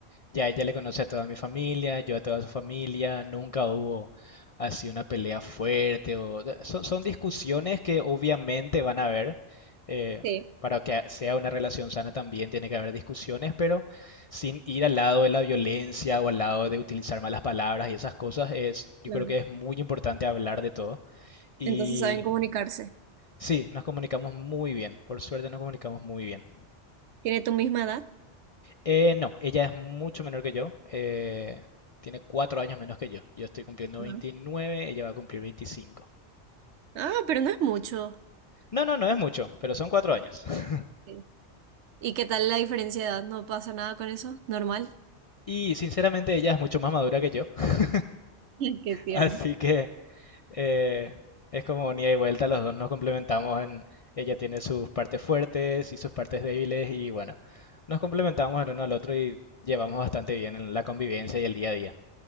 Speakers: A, on the left; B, on the right.
A: ya ella le conoce a toda mi familia, yo a toda su familia, nunca hubo así una pelea fuerte o son, son discusiones que obviamente van a haber. eh,
B: Sí,
A: para que sea una relación sana también tiene que haber discusiones, pero sin ir al lado de la violencia o al lado de utilizar malas palabras y esas cosas, es, yo
B: claro.
A: creo que es muy importante hablar de todo. Y
B: Entonces saben comunicarse.
A: sí, nos comunicamos muy bien, por suerte nos comunicamos muy bien.
B: ¿Tiene tu misma edad?
A: Eh, no, ella es mucho menor que yo. eh, tiene cuatro años menos que yo. Yo estoy cumpliendo
B: Ajá.
A: 29, ella va a cumplir 25.
B: Ah, pero no es mucho.
A: No, no, no es mucho, pero son cuatro años. <laughs>
B: Sí. ¿Y qué tal la diferencia de edad? ¿No pasa nada con eso? ¿Normal?
A: Y sinceramente ella es mucho más madura que yo. <laughs>
B: <laughs> Qué tierno.
A: Así que eh, es como ni y vuelta, los dos nos complementamos en... Ella tiene sus partes fuertes y sus partes débiles y bueno, nos complementamos el uno al otro y llevamos bastante bien en la convivencia y el día a día.